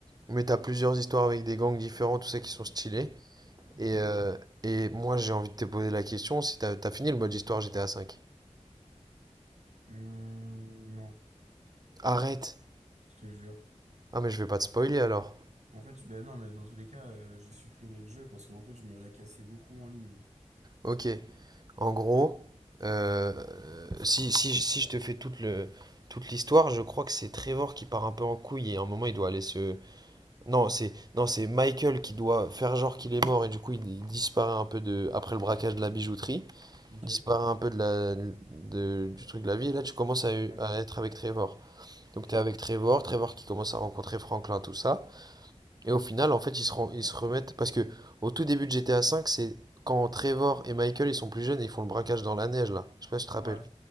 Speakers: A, on the right; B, on the right.
A: mais t'as plusieurs histoires avec des gangs différents, tout ça qui sont stylés. Et,
B: Ok.
A: euh, et moi, j'ai envie de te poser la question si t'as, t'as fini le mode histoire GTA V.
B: Hum, non,
A: Arrête!
B: je te jure.
A: Ah, mais je vais pas te spoiler alors.
B: En fait, je- ben non, mais dans tous les cas, euh, j'ai supprimé le jeu parce qu'en fait, je me la cassais beaucoup en ligne, moi.
A: Ok. En gros, euh, si, si, si je te fais toute le, toute l'histoire, je crois que c'est Trevor qui part un peu en couille et à un moment, il doit aller se. Non, c'est non, c'est Michael qui doit faire genre qu'il est mort et du coup, il, il disparaît un peu de, après le braquage de la bijouterie.
B: Ok?
A: disparaît un peu de la, de- du truc de la vie. Et là, tu commences à,
B: Ouais.
A: à être avec Trevor.
B: Ok.
A: Donc, tu es avec Trevor, Trevor qui commence à rencontrer Franklin, tout ça. Et au final, en fait, ils se, ren- ils se remettent. Parce que au tout début de GTA V, c'est quand Trevor et Michael, ils sont plus jeunes et ils font le braquage dans la neige, là. Je sais pas si tu te rappelles.
B: Ouais.